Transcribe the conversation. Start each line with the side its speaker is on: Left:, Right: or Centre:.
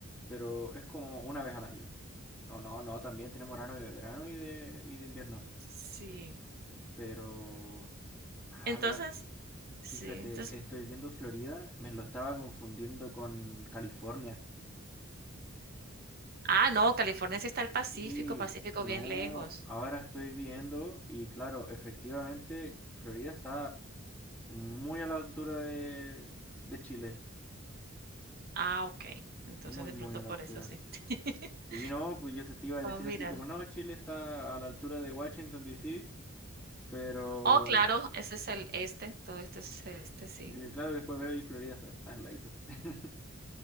Centre: pero es como una vez al año. No, no, no, también tenemos verano y de verano y de, y de invierno.
Right: Sí.
Centre: Pero, ah,
Right: Entonces,
Centre: mira,
Right: sí.
Centre: fíjate,
Right: Entonces,
Centre: estoy viendo Florida, me lo estaba confundiendo con California.
Right: ah, no, California sí está el Pacífico,
Centre: Sí,
Right: Pacífico
Centre: no,
Right: bien lejos.
Centre: ahora estoy viendo y claro, efectivamente, Florida está muy a la altura de, de Chile,
Right: Ah, okey. Entonces,
Centre: muy,
Right: de
Centre: muy
Right: pronto
Centre: a la
Right: por
Centre: altura.
Right: eso sí. <laughs>
Centre: Sí, no, pues yo te iba a
Right: Voy
Centre: decir
Right: mirar.
Centre: así como, no, Chile está a la altura de Washington, D. C. pero,
Right: Oh, claro, ese es el este, todo esto es este, sí.
Centre: eh, claro, después veo y Florida está al ladito. <clears throat>